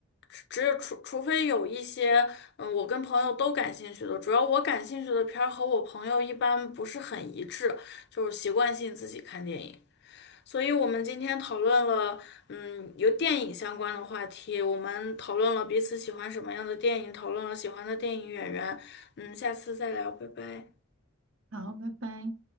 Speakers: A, on the left; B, on the right.
A: 只只有除除非有一些，嗯，我跟朋友都感兴趣的，主要我感兴趣的片儿和我朋友一般不是很一致，就是习惯性自己看电影。所以我们今天讨论了，嗯，由电影相关的话题，我们讨论了彼此喜欢什么样的电影，讨论了喜欢的电影演员，嗯，下次再聊，拜拜。
B: 好，拜拜。